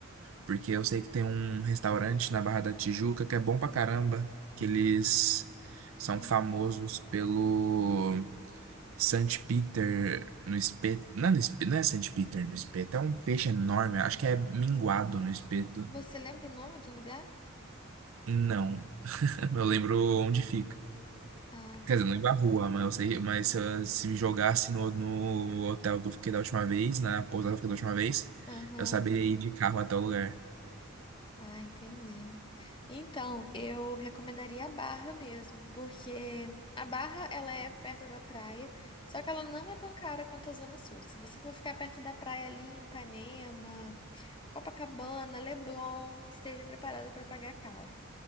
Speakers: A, on the right (about 70°); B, on the left (about 25°).
A: porque eu sei que tem um restaurante na Barra da Tijuca que é bom pra caramba, que eles são
B: uhum.
A: famosos pelo Saint Peter no espeto. Não, é no espeto, não é Saint Peter no espeto, é um peixe enorme. Acho que é minguado no espeto.
B: Você lembra o nome do lugar?
A: Não. <laughs> Eu lembro onde fica.
B: Ah,
A: Quer
B: tá.
A: dizer, não lembro a rua, mas eu sei, mas se, eu- se me jogasse no, no hotel que eu fiquei da última vez, na pousada que eu fiquei da última vez,
B: Aham.
A: eu saberia ir de carro até o lugar.
B: Ah, entendi. Então, eu recomendaria a Barra mesmo, porque a Barra ela é perto da praia, só que ela não é tão cara quanto a Zona Sul. Se você for ficar perto da praia ali em Ipanema, Copacabana, Leblon, esteja preparado para pagar caro.